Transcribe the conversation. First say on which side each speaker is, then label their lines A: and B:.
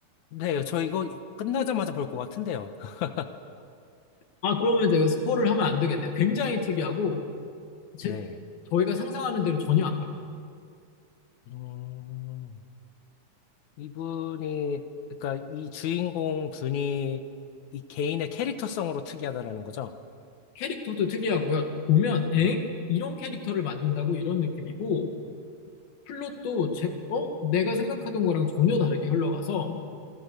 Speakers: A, on the left; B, on the left.
A: 네, 저 이거 끝나자마자 볼 것 같은데요. <laughs>
B: 아 그러면 제가 스포를 하면 안 되겠네요. 굉장히 특이하고 제,
A: 네.
B: 저희가 상상하는 대로 전혀 안 가요.
A: 음. 이분이, 그러니까 이 주인공 분이 이 개인의 캐릭터성으로 특이하다라는 거죠.
B: 캐릭터도 특이하고요. 보면 엥?
A: 네.
B: 이런 캐릭터를 만든다고 이런 느낌이고 플롯도 제, 어? 내가 생각하던 거랑 전혀 다르게 흘러가서